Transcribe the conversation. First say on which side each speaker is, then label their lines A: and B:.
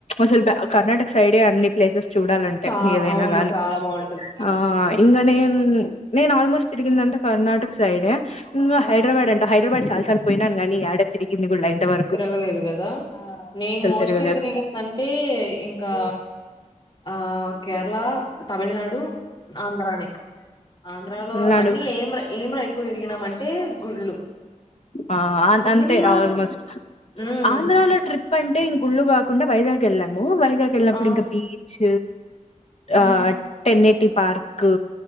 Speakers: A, on the left; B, on the left.
A: అసలు ద కర్ణాటక సైడే అన్ని ప్లేసెస్ చూడాలంటే
B: చా
A: ఏదైనా
B: అవును
A: గాని
B: చాలా బాగుంటది
A: ఆ ఇంగా నేన్ నేను ఆల్మోస్ట్ తిరిగిందంట కర్ణాటక సైడే
B: ఆ
A: హైదరాబాద్ అంటా హైదరాబాద్ చాలా సార్లు పోయినానుగానీ యాడ తిరిగింది కూలా ఇంతవర
B: తిరగలేదు కదా ఆ నేను మోస్ట్లీ
A: తిరగలేదు
B: తిరిగిందం అంటే ఇంకా ఆ కేరళ తమిళనాడు ఆంధ్రానే ఆంధ్రాలో
A: పల్నాడు
B: అన్నీ ఏం ర ఏం ర ఎక్కువ తిరిగినాము అంటే గుళ్ళు
A: ఆ అది
B: తమిళనాడు
A: అంతే ఆల్మోస్ట్ ఆంధ్రా
B: ఉమ్
A: ఆంధ్రాలో ట్రిప్ అంటే ఇంగుళ్ళు కాకుండా వైజాగ్ వెళ్ళాము వైజాగ్ వెళ్ళినప్పుడు
B: ఆ
A: ఇంకా బీచ్ ఆ
B: ఉమ్
A: టెనేటి పార్క్